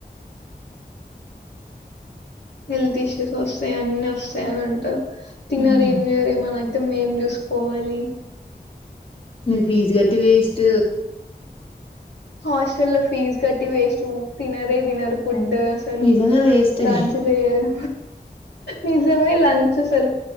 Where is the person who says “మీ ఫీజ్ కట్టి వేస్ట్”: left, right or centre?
Left